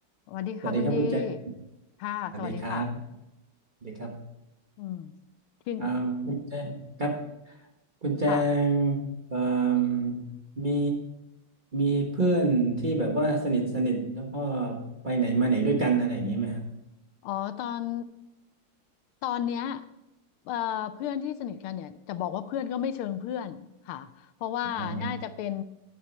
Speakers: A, on the left (about 80°); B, on the right (about 25°).
A: สวัสดีค่ะคุณดี
B: สวัสดีครับคุณแจง
A: ค่ะสวัสดีค่ะ
B: สวัสดีครับสวัสดีครับ
A: อืมทีน
B: อ่าคุณแจงครับคุณแจง
A: ค่ะ
B: เอ่มมีมีเพื่อนที่แบบว่าสนิทสนิทแล้วก็ไปไหนมาไหนด้วยกันอะไรอย่างนี้ไหมครับ
A: อ๋อตอนตอนเนี้ยเอ่อเพื่อนที่สนิทกันเนี่ยจะบอกว่าเพื่อนก็ไม่เชิงเพื่อนค่ะเพราะว่าน่าจะเป็น
B: อ๋อยัง